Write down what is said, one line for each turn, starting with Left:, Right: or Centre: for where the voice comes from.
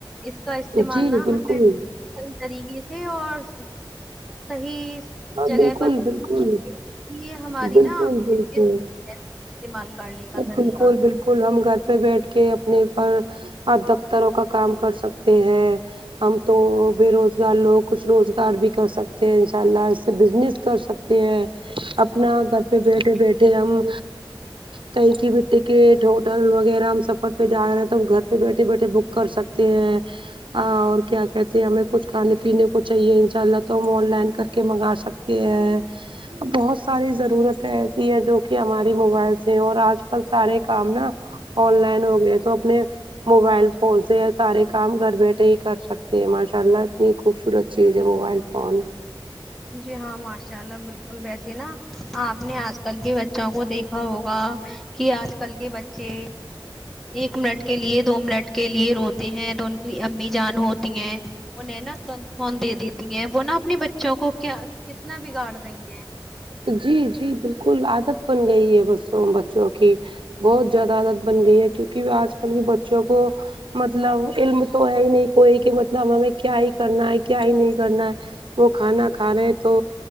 Centre: اس کا استعمال
Right: جی
Centre: نہ
Right: بالکل
Centre: ہمیں صحیح طریقے سے اور صحیح
Right: ہاں
Centre: جگہ
Right: بالکل
Centre: پر کرنا
Right: بالکل
Centre: چاہیے۔ یہ ہماری
Right: بالکل
Centre: نا
Right: بالکل
Centre: استعمال کرنے کا
Right: بالکل
Centre: طریقہ
Right: بالکل کل ہم گھر پہ بیٹھ کے اپنے پر دفتروں کا کام کر سکتے ہیں ہم تو بے روزگار لوگ کچھ روزگار بھی کر سکتے ہیں ان شاء اللہ بزنس کر سکتے ہیں اپنا گھر پہ بیٹھے بیٹھے ہم کہیں کی بھی ٹکٹ ہوٹل وغیرہ ہم سفر پہ جا رہے ہیں تو ہم گھر پہ بیٹھے بیٹھے بک کر سکتے ہیں ہ اور کیا کہتے ہیں ہمیں کچھ کھان پینے کو چاہیے انشاء اللہ تو ہم آن لائن کر کے منگا سکتے <unintelligible> ا بہت ساری ضرورت ایسی ہے جو کہ ہماری موبائل سے ہے اور آج کل سارے کام نا آن لائن ہو گئے تو اپنے موبائل فون سے سارے کام گھر بیٹھے ہی کر سکتے ہیں ماشاء اللہ اتنی خوبصورت چیزیں موبائل فون
Centre: جی ہاں ماشاء اللہ بالکل ویسے نا آپ نے آج کل کے بچوں کو دیکھا ہوگا کہ آج کل کے بچے ایک منٹ کے لیے دو منٹ کے لیے روتے ہیں تو ان کی امی جان ہوتی ہیں انہیں نا فون دے دیتی ہیں وہ نا اپنے بچوں کو کیا کتنا بگاڑ رہی ہیں
Right: جی جی بالکل عادت بن گئی ہے بسوں بچوں کی بہت زیادہ عادت بن گئی ہے کیونکہ آج کل کے بچوں کو مطلب علم تو ہے ہی نہیں کوئی کہ مطلب ہمیں کیا ہی کرنا ہے کیا ہی نہیں کرنا ہے وہ کھانا کھا رہے تو